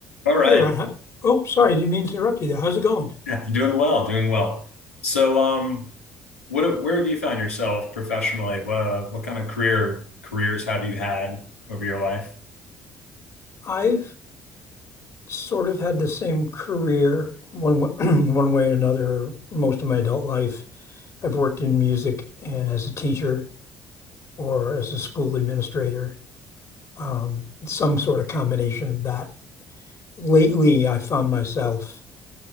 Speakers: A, on the left; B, on the left.
A: All right.
B: Hey Ron, How- oh sorry, I didn't mean to interrupt you there. How's it going?
A: Yeah, doing well, doing well. So, um, what where have you found yourself professionally? What what kind of career careers have you had over your life?
B: I've sort of had the same career in one w- <clears throat> in one way or another most of my adult life. I've worked in music and as a teacher or as a school administrator, um, some sort of combination of that. Lately, I found myself